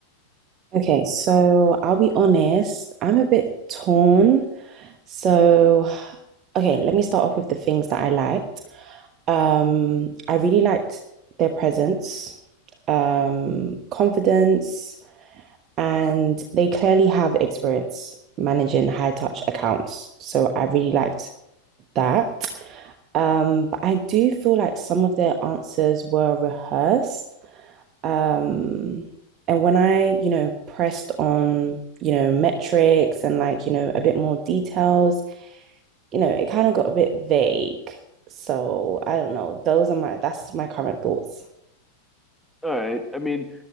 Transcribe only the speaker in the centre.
All right. I mean,